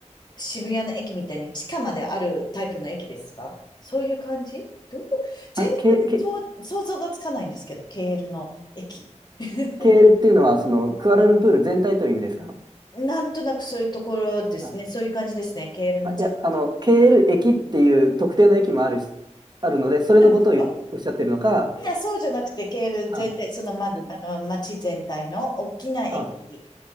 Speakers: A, on the left; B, on the right.
A: 渋谷の駅みたいに地下まであるタイプの駅ですかそういう感じどう全然そう想像がつかないんですけど、
B: あ、ケ、ケ、
A: ケールの駅。<laughs>
B: ケールっていうのは、その、クアラルンプール全体という意味ですか
A: なんとなくそういうところですね。
B: あ、
A: そういう感じですね。ケールの全体的に
B: あいや、あの、ケール駅っていう特定の駅もあるし、あるので、それのことを言うおっしゃってるのか、
A: そうなんですかいや、そうじゃなくて、ケール全体、
B: あ、
A: その、ま、
B: 全体
A: あの、街全体の大きな駅
B: あ、